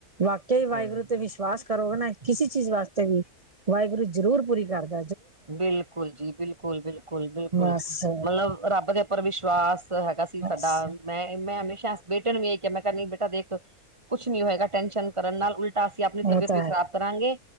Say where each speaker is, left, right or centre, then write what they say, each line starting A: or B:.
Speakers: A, on the right; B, on the right.
A: ਵਾਕਿਆ
B: ਕੋਲ
A: ਵਾਹਿਗੁਰੂ ਤੇ ਵਿਸ਼ਵਾਸ ਕਰੋਗੇ ਨਾ। ਕਿਸੇ ਚੀਜ਼ ਵਾਸਤੇ ਵੀ ਵਾਹਿਗੁਰੂ ਜ਼ਰੂਰ ਪੂਰੀ ਕਰਦ
B: ਬਿਲਕੁਲ ਜੀ, ਬਿਲਕੁਲ ਬਿਲਕੁਲ ਬਿਲਕੁਲ
A: ਬਸ
B: ਮਤਲਬ ਰੱਬ ਦੇ ਉੱਪਰ ਵਿਸ਼ਵਾਸ ਹੈਗਾ ਸੀ।
A: ਬਸ
B: ਸਾਡਾ ਮੈਂ ਮੈਂ ਹਮੇਸ਼ਾ ਬੇਟੇ ਨੂੰ ਵੀ ਇਹ ਕਿਹਾ, ਮੈਂ ਕਿਹਾ ਨ ਬੇਟਾ ਦੇਖ ਕੁਛ ਨੀ ਹੋਏਗਾ ਟੈਨਸ਼ਨ ਕਰਨ ਨਾਲ ਉਲਟ ਤਾਂ ਅਸੀਂ ਆਪਣੀ
A: ਉਹ
B: ਤਬੀਅਤ
A: ਤਾਂ
B: ਵੀ ਖ਼ਰਾਬ
A: ਹੈ
B: ਕਰਾਂਗੇ।